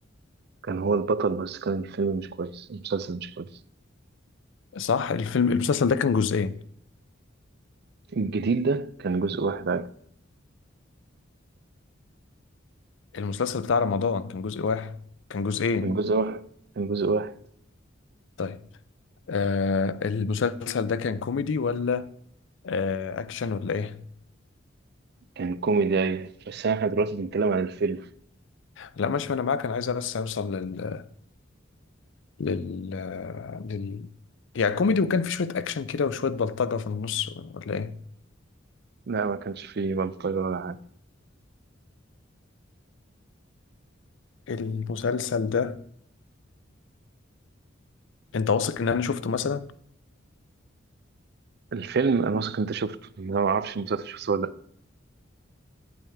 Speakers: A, on the right; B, on the left.
A: كان هو البطل بس كان الفيلم مش كويس المسلسل مش كويس
B: صح الفيلم المسلسل ده كان جزئين
A: الجديد ده كان جزء واحد عادي
B: المسلسل بتاع رمضان كان جزء واحد كان جزئين
A: كان جزء واحد كان جزء واحد
B: طيب آه المسلسل ده كان كوميدي ولا آه اكشن ولا ايه
A: كان كوميدي أيوة بس احنا دلوقتي بنتكلم عن الفيلم
B: لا ماشي انا معاك انا عايز بس اوصل لل لل لل يعني كوميدي وكان في شوية اكشن كده وشوية بلطجة في النص ولا ايه
A: لا ما كانش فيه بلطجة ولا حاجة
B: المسلسل ده انت واثق ان انا شفته مثلا
A: الفيلم أنا واثق أنت شفته أنا ما أعرفش المسلسل شفته ولا